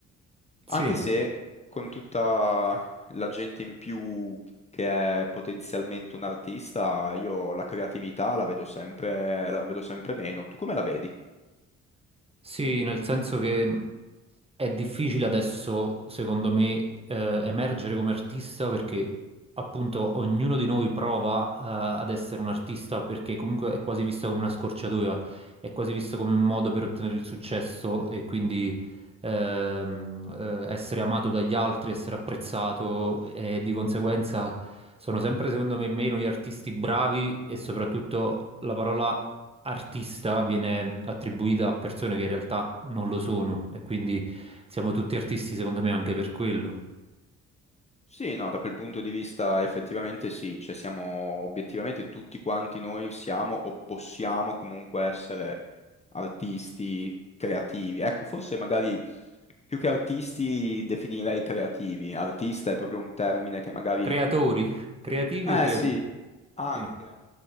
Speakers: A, on the right (about 20°); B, on the left (about 20°).
A: sì,
B: Anche se con tutta la gente in più che è potenzialmente un artista, io la creatività la vedo sempre, la vedo sempre meno. Tu come la vedi?
A: sì, nel senso che è difficile adesso, secondo me, eh, emergere come artista perché appunto ognuno di noi prova, eh, ad essere un artista perché comunque è quasi visto come una scorciatoia, è quasi visto come un modo per ottenere il successo e quindi ehm, eh, essere amato dagli altri, essere apprezzato e di conseguenza sono sempre, secondo me, meno gli artisti bravi e soprattutto la parola artista viene attribuita a persone che in realtà non lo sono e quindi siamo tutti artisti secondo me anche per quello.
B: Sì, no, da quel punto di vista effettivamente sì, cioè siamo obiettivamente tutti quanti noi siamo o possiamo comunque essere artisti creativi. Ecco, forse magari più che artisti definirei creativi. Artista è proprio un termine che magari...
A: Creatori, creativi
B: Eh
A: o creatori?
B: sì, anche.
A: Sì.